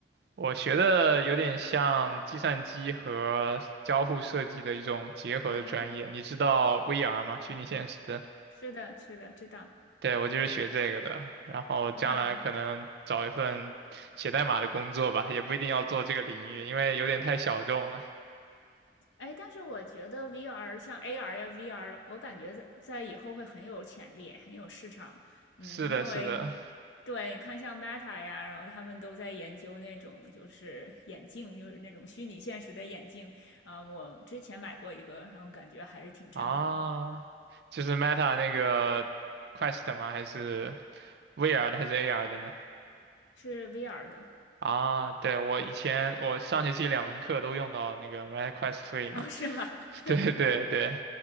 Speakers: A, on the right; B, on the left.
A: 我学的有点像计算机和交互设计的一种结合的专业，
B: 啊，
A: 你知道 VR 吗？虚拟现实。
B: 是的，是的，知道。
A: 对，我就是学这个的，然后将来可能找一份写代码的工作吧，
B: 哇，
A: 也不一定要做这个领域，因为有点太小众了。
B: 哎，但是我觉得 VR 像 AR 呀，VR，我感觉在在以后会很有潜力，很有市场。嗯，
A: 是的，
B: 因为
A: 是的，
B: 对，你看像 Meta 呀，然后他们都在研究那种就是眼镜，就是那种虚拟现实的眼镜。啊、我之前买过一个，然后感觉还是挺震撼的，
A: 啊，就是 Meta 那个 Quest 吗？还是 VR 的还是 AR 的呢？
B: 是 VR 的。
A: 啊，对，我以前我上学期两门课都用到那个 MetaQuest e 嘛，
B: 哦，是吗？
A: <laughs>
B: <laughs>
A: 对对对，